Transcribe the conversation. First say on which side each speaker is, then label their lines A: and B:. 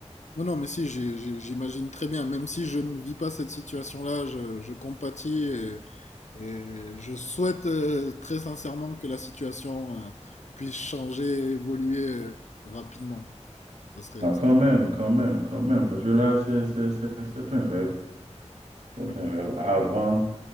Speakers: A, on the left; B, on the right.
A: Non, non, mais si, j'ai- j'ai- j'imagine très bien. Même si je ne vis pas cette situation-là, je, je compatis et, et je souhaite euh, très sincèrement que la situation euh, puisse changer, évoluer euh, rapidement. Ça serait...
B: Ah, quand même, quand même, quand même, parce que là, c'est c'est- c'est- c'est un rêve. C'est
A: ouais.
B: un rêve. Avant,